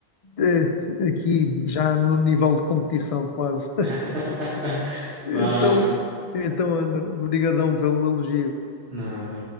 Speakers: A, on the left (about 50°); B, on the right (about 85°).
A: é, aqui já no nível de competição quase.
B: <laughs> Vá,
A: Então,
B: meu.
A: então, Ana, brigadão pelo elogio.
B: Nada.